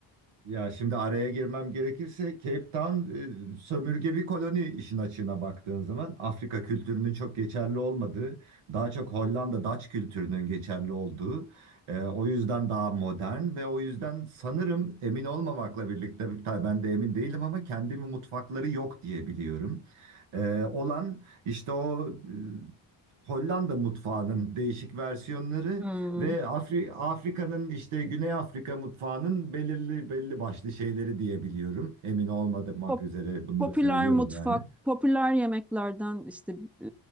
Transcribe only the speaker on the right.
Ya şimdi araya girmem gerekirse Cape Town e, sömürge bir koloni işin açığına baktığın zaman Afrika kültürünün çok geçerli olmadığı, daha çok Hollanda Dutch kültürünün geçerli olduğu, e, o yüzden daha modern ve o yüzden sanırım emin olmamakla birlikte tabii ben de emin değilim ama kendimi mutfakları yok diye biliyorum. E, olan işte o e, Hollanda mutfağının değişik versiyonları
ve Afri- Afrika'nın işte Güney Afrika mutfağının belirli belli başlı şeyleri diyebiliyorum. Emin olmamak
üzere bunu
da söylüyorum
yani.